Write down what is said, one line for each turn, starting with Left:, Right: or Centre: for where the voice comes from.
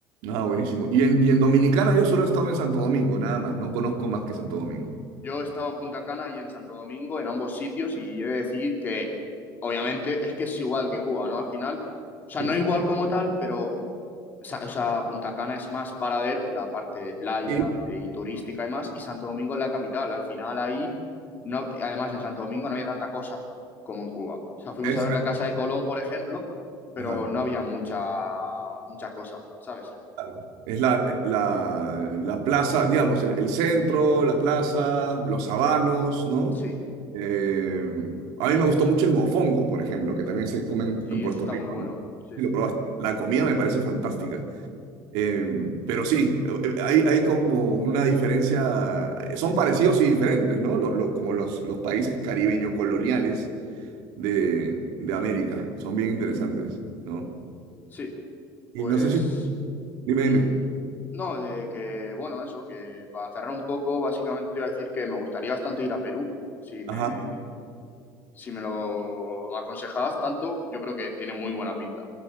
Right: Ah, buenísimo. Y en, y en Dominicana yo solo he estado en Santo Domingo, nada más. No conozco más que Santo Domingo.
Left: Yo estaba en Punta Cana y en Santo Domingo, en ambos sitios, y he de decir que, obviamente, es que es igual que Cuba, ¿no? Al final, o sea,
Right: Sí,
Left: no igual como tal, pero, o sea, o sea, Punta Cana es más varadero, la parte de playa
Right: sí.
Left: y turística y más, y Santo Domingo es la capital. Al final ahí, no, además en Santo Domingo no había tanta cosa como en Cuba. O sea, fuimos
Right: Es,
Left: a ver la Casa de Colón, por ejemplo, pero
Right: ajá,
Left: no había mucha, mucha cosa, ¿sabes?
Right: claro. Es la, la, la plaza, digamos, el, el centro, la plaza, los sabanos, ¿no?
Left: Sí,
Right: Eh, a mí me gustó mucho el mofongo, por ejemplo, que también se come en,
Left: sí,
Right: en Puerto
Left: eso está
Right: Rico,
Left: muy bueno.
Right: ¿no?
Left: Sí,
Right: Sí,
Left: sí,
Right: lo probaste. La comida me parece fantástica. Eh, pero sí, hay, hay como una diferencia, son parecidos y diferentes, ¿no? Lo- lo- como los, los países caribeño coloniales de, de Sí.
Left: sí.
Right: América, son bien interesantes, ¿no?
Left: Sí,
Right: Y
Left: pues...
Right: no sé si... Dime, dime.
Left: <clears throat> No, de que, bueno, eso, que para cerrar un poco, básicamente te iba a decir que me gustaría bastante ir a Perú, si
Right: Ajá.
Left: me, si me lo aconsejabas tanto, yo creo que tiene muy buena pinta.